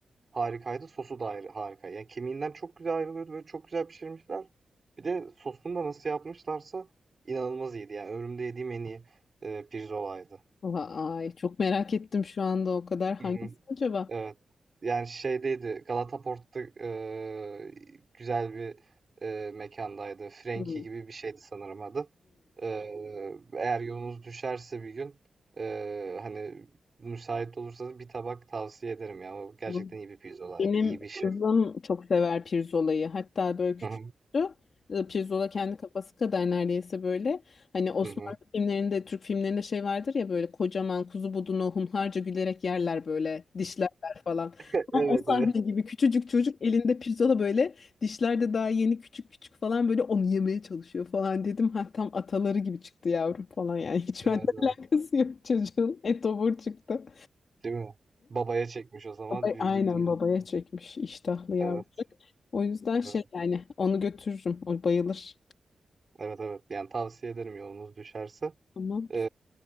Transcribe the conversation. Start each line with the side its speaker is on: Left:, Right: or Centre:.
Right: harikaydı, sosu da ayrı harika. Yani kemiğinden çok güzel ayrılıyordu, böyle, çok güzel pişirmişler. Bir de sosunu da nasıl yapmışlarsa inanılmaz iyiydi. Yani ömrümde yediğim en iyi, eee, pirzolaydı.
Left: Vay çok merak ettim şu anda o kadar hangisi
Right: Hı hı.
Left: acaba?
Right: Evet. Yani şeydeydi, Galataport'ta, eee, güzel bir, eee, mekândaydı. Frenki
Left: Hı.
Right: gibi bir şeydi sanırım adı. Eee, eğer yolunuz düşerse bir gün, eee, hani, müsait olursanız bir tabak tavsiye ederim ya. O gerçekten
Left: Hı.
Right: iyi bir pizzolaydı.
Left: Benim
Right: İyi bir şey.
Left: kızım çok sever pirzolayı. Hatta böyle küçüktü.
Right: Hı hı.
Left: E, Pirzola kendi kafası kadar neredeyse böyle. Hani Osmanlı
Right: Hı hı.
Left: filmlerinde, Türk filmlerinde şey vardır ya böyle kocaman kuzu budunu hunharca gülerek yerler böyle dişlerler falan.
Right: Evet,
Left: Tam o sahne
Right: evet.
Left: gibi küçücük çocuk elinde pirzola böyle dişler de daha yeni küçük küçük falan böyle onu yemeye çalışıyor falan dedim. Ha tam ataları gibi çıktı yavrum falan yani. Hiç
Right: Evet,
Left: benden
Right: evet.
Left: <laughs> alakası yok çocuğun. Etobur çıktı.
Right: Değil mi? Babaya çekmiş o zaman
Left: Baba,
Right: büyük
Left: aynen
Right: ihtimal
Left: babaya çekmiş iştahlı yavrucak.
Right: Evet,
Left: O yüzden şey
Right: evet.
Left: yani onu götürürüm. O bayılır.
Right: Evet, evet. Yani tavsiye ederim yolunuz düşerse.
Left: Tamam.
Right: Ee,